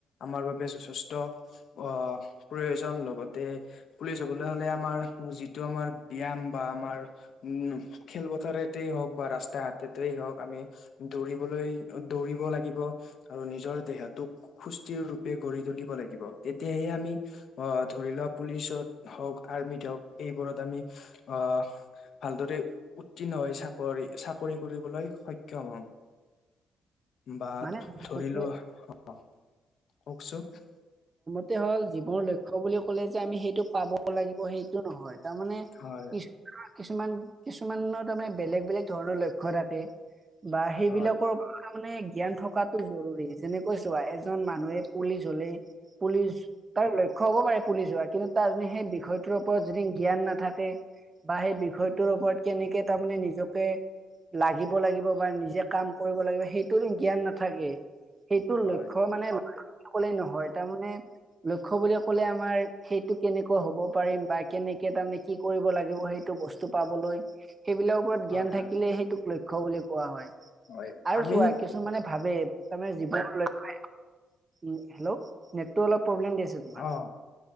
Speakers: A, on the left; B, on the right.
A: আমাৰ বাবে যথেষ্ট আহ <unintelligible> প্ৰয়োজন। লগতে পুলিচ হবলৈ হ'লে আমাৰ যিটো আমাৰ ব্যায়াম বা আমাৰ উম খেলপথাৰতেই হওক বা ৰাস্তা ঘাটতেই হওক আমি দৌৰিবলৈ, দৌৰিব লাগিব। আৰু নিজৰ দেহটোক সুস্থিৰ ৰূপে গঢ়ি তুলিব লাগিব। তেতিয়াহে আমি আহ ধৰি লোৱা পুলিচত হওক, আৰ্মিত হওক এইবোৰত আমি, আহ ভালদৰে উত্তীৰ্ণ হৈ চাকৰি চাকৰি কৰিবলৈ সক্ষম হ'ম। বা
B: মানে মুঠতে
A: ধৰিলোৱা অ, ' কওকচোন?
B: এতিয়া হ'ল, জীৱনৰ লক্ষ্য বুলি ক'লে যে আমি সেইটো পাব লাগিব সেইটো নহয়। তাৰমানে
A: হয়
B: কিছুমানে, কিছুমান কিছুমানৰ তাৰমানে বেলেগ বেলেগ ধৰণৰ লক্ষ্য থাকে বা সেইবিলাকৰ
A: হয়
B: মানে জ্ঞান থকাতটো জৰুৰী, যেনেকৈ চোৱা এজন মানুহে পুলিচ হ'লে পুলিচ তাৰ লক্ষ্য হ'ব পাৰে পুলি হোৱাৰ, কিন্তু তাৰ য সেই বিষয়টোৰ ওপৰত যদি জ্ঞান নাথাকে। বা সেই বিষয়টোৰ ওপৰত কেনেকে তাৰমানে নিজকে লাগিব লাগিব বা নিজে কাম কৰিব লাগিব। সেইটোৰ জ্ঞান নাথাকে সেইটোৰ
A: হয়
B: লক্ষ্য মানে কলে নহয় তাৰমানে লক্ষ্য বুলি ক'লে আমাৰ সেইটো কেনেকুৱা হ'ব পাৰিম বা কেনেক কেইটা মানে তাৰমানে কি কৰিব লাগিব সেইটো বস্তু পাবলৈ। সেইবিলাক ওপৰত
A: হয়
B: জ্ঞান থাকিলে
A: হয়
B: সেইটোক লক্ষ্য বুলি কোৱা হয়।
A: হয়, আন
B: <unintelligible> কিছু মানে ভাবে তাৰমানে জীৱন <unintelligible> হেল্ল' নেটটো অলপ প্ৰব্লেম দি আছে তোমাৰ।
A: অ